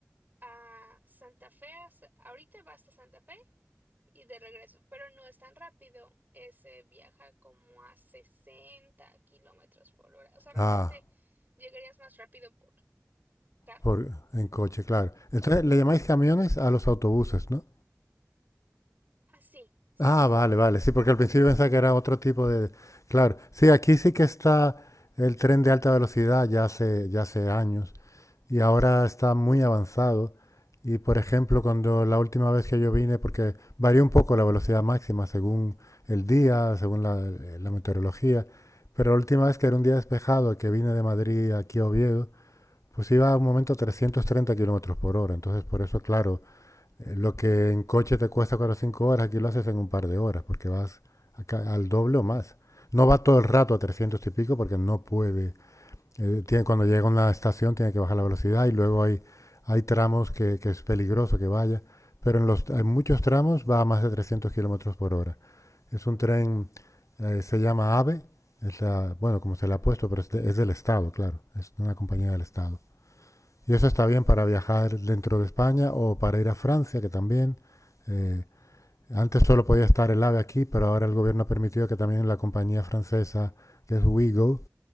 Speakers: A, on the right; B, on the left.
A: a Santa Fe, hasta- ahorita va hasta Santa Fe y de regreso, pero no es tan rápido, ese viaja como a 60 kilómetros por hora, o sea, realmente
B: Ah,
A: llegarías más rápido por carro.
B: por, en coche, claro. Entonces le llamáis camiones a los autobuses, ¿no?
A: ah sí, sí,
B: Ah,
A: sí.
B: vale, vale. Sí, porque al principio pensaba que era otro tipo de... Claro, sí, aquí sí que está el tren de alta velocidad ya hace, ya hace años y ahora está muy avanzado. Y por ejemplo, cuando la última vez que yo vine, porque varía un poco la velocidad máxima según el día, según la, la meteorología, pero la última vez que era un día despejado, que vine de Madrid aquí a Oviedo, pues iba a un momento a 330 kilómetros por hora. Entonces, por eso, claro, eh, Lo que en coche te cuesta 4 o 5 horas, aquí lo haces en un par de horas, porque vas acá al doble o más. No va todo el rato a 300 y pico porque no puede. Eh, tiene, cuando llega a una estación tiene que bajar la velocidad y luego hay, hay tramos que, que es peligroso que vaya. Pero en, los, en muchos tramos va a más de 300 kilómetros por hora. Es un tren, eh, se llama AVE, es la, bueno, como se le ha puesto, pero es, de- es del Estado, claro. Es una compañía del Estado. Y eso está bien para viajar dentro de España o para ir a Francia, que también. eh, antes solo podía estar el AVE aquí, pero ahora el gobierno ha permitido que también la compañía francesa, que es Wigo,